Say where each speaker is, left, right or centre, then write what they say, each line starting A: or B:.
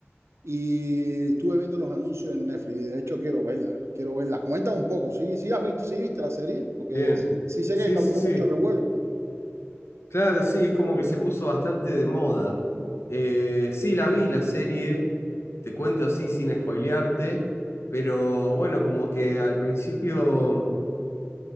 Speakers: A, on the right; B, on the left.
A: Y estuve viendo los anuncios en Netflix. y De hecho, quiero verla, quiero verla. Comenta un poco, sí, sí has visto, sí viste la serie, porque
B: Bien.
A: sí, sí sé
B: Sí,
A: que causó
B: sí, sí.
A: mucho revuelo.
B: Claro, sí, es como que se puso bastante de moda. Eh, sí, la vi la serie, te cuento así sin spoilearte, pero bueno, como que al principio